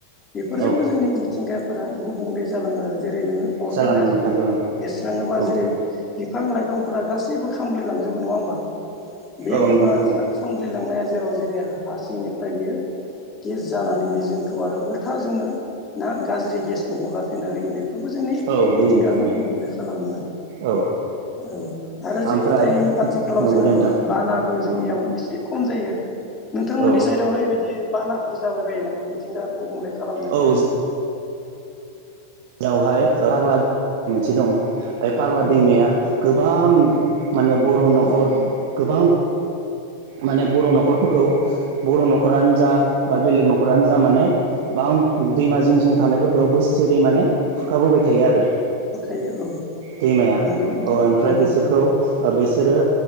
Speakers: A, on the left (about 25°); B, on the right (about 50°).
A: बेफोरजोंबो
B: औ
A: जोंनि मिथिंगा फोरा गुबुंले जालाङो आरो। जेरै नोङो अर्गें
B: जालाङो
A: हाजो
B: नोंथां जालाङो
A: एरस्राङोबा
B: औ
A: जेरै बिफां लाइफांफोरा गासैबो खामग्लिलांजोबो नङा होमबा? बे
B: औ
A: बिफाङा
B: नंगौ नोंथां नंगौ
A: खा-खामग्लिलांनाया जेराव जेरै हा सिंनिफ्राय बियो गेस जानानै बे जोंखौ आरो उल्था जोंनो ना गाज्रि गेसखौ हगारफिनना होयो। बे बेफोरबो जोंनि
B: औ होयो
A: मिथिंगाखौ
B: नोंथां औ
A: गुबुंले खालामो आरो।
B: औ
A: औ आरो
B: ओमफ्राय
A: जोंनि टाइम आथिखालाव
B: नंगौ
A: जोङो
B: दे नोंथां
A: बानाबो जोंनियाव
B: औ
A: एसे खम जायो। नोंथांमोननि
B: औ
A: साइदावहाय बिदि बानाफोर जाबाय बायो नामा मिथिंगा गुबुंले खालामनाय।
B: औ बेवहाय पाग्ला मोनसे दं। बे पाग्ला
A: औ
B: दैमाया गोब बां माने बर' न'खर गोबां माने बर' न'खरफोरखौ बर' न'खरानो जा बा बेलेग न' खरानो जा माने बां दैमा जिं जिं थानायफोरखौ बोसोरे माने खुरखाबोबाय थायो आरो।
A: हरखायो औ
B: दैमाया
A: नंगौ नोंथां
B: अह ओमफ्राय
A: औ
B: बिसोरखौ? ओ बिसोरो